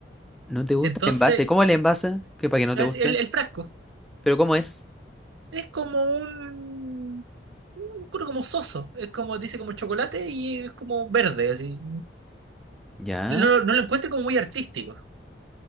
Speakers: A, in the centre; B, on the right.
A: ¿No te gusta
B: Entonces,
A: el envase? ¿Cómo el envase?
B: s-
A: Que para que no
B: es
A: te guste.
B: el, el frasco
A: ¿Pero cómo es?
B: es como un, un- creo como soso, es como, dice como chocolate y es como verde, así.
A: ¿Ya?
B: No, no lo encuentro como muy artístico.